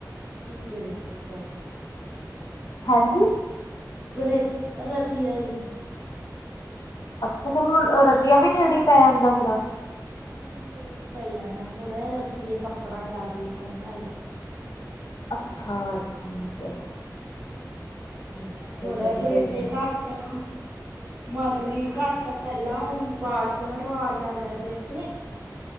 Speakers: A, on the right; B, on the left.
A: ਨੀ ਬਰੇਟਿਆ ਤੋਂ
B: ਹਾਂਜੀ।
A: ਬ੍ਰਟ ਰਾਤੀ ਆਈ ਐ।
B: ਅੱਛਾ ਤੁਹਾਨੂੰ ਰਤੀਆ ਵੀ ਨੇੜੇ ਪੈ ਜਾਂਦਾ ਫੇਰ
A: ਹਾਂਜੀ ਨੇੜੇ ਹੀ ਪਏ ਜਾਂਦਾ ਐ, ਥੋੜ੍ਹਾ ਜਾ ਰਤੀਏ ਕੱਪੜਾ ਜਿਆਦਾ ਸੋਹਣਾ ਜੀ
B: ਅੱਛਾ ਠੀਕ ਐ।
A: ਹਾਂਜੀ ਥੋੜਾ
B: ਵਧੀਆ
A: ਬਰੇਟੇ
B: ਜੀ
A: ਘੱਟ ਐ ਮਤਲਬੀ ਘੱਟ ਪਹਿਲਾਂ, ਬਾਅਦ ਚੋਂ ਰਿਵਾਜ ਆਉਂਦਾ ਬਰੇਟੇ